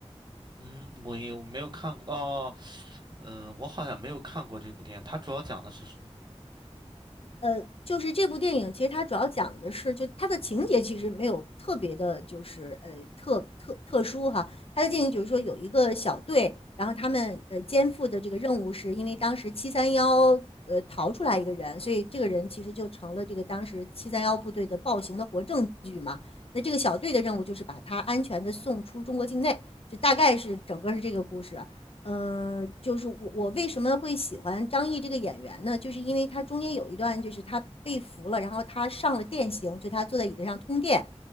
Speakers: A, on the right; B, on the left.
A: 嗯，我也没有看过哦，嗯、我好像没有看过这部电影，它主要讲的是什么？
B: 呃，就是这部电影，其实它主要讲的是，就它的情节其实没有特别的，就是呃特特特殊哈。
A: 嗯哼，
B: 它的电影就是说有一个小队，然后他们呃肩负的这个任务是，因为当时七三幺呃逃出来一个人，所以这个人其实就成了这个当时七三幺部队的暴行的活证据嘛。
A: 嗯哼，
B: 那这个小队的任务就是把他安全的送出中国境内，
A: 嗯哼，
B: 就大概是整个是这个故事。嗯、呃就是我我为什么会喜欢张译这个演员呢？就是因为他中间有一段，就是他被俘了，然后他上了电刑，就他坐在椅子上通电，